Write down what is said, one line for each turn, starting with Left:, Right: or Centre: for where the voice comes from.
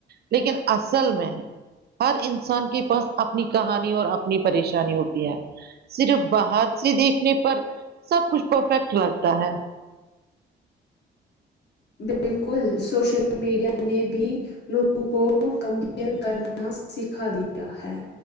Right: لیکن اصل میں ہر انسان کے پاس اپنی کہانی اور اپ اپنی پریشانی ہوتی ہے صرف باہر سے دیکھنے پر سب کچھ پرفیکٹ لگتا ہے
Left: بالکل سوشل میڈیا نے بھی لوگوں کو کم کرنا سکھا دیا ہے